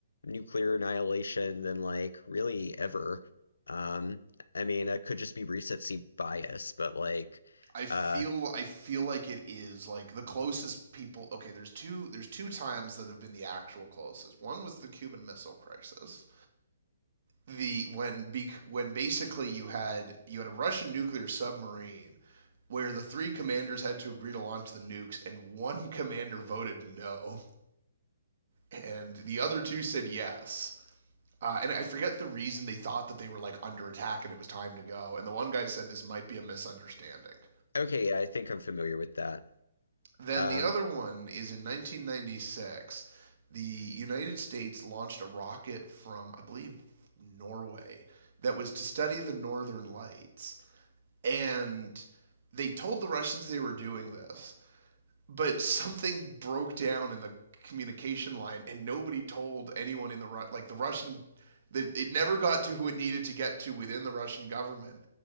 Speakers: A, on the left (about 85°); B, on the right (about 55°).
A: nuclear annihilation than like really ever. Um, I mean, it could just be recency bias, but like,
B: I feel
A: uh,
B: I feel like it is like the closest people okay there's two there's two times that have been the actual closest. One was the Cuban Missile Crisis the when bec- when basically you had you had a Russian nuclear submarine where the three commanders had to agree to launch the nukes and one <laughs> commander voted no and the other two said yes. Uh, and I forget the reason they thought that they were like under attack and it was time to go. And the one guy said this might be a misunderstanding.
A: okay, yeah, I think I'm familiar with that.
B: Then
A: Um,
B: the other one is in 1996, the United States launched a rocket from, I believe, Norway that was to study the northern lights and they told the Russians they were doing this, but something broke down in the communication line, and nobody told anyone in the Ru- like the Russian. the- It never got to who it needed to get to within the Russian government,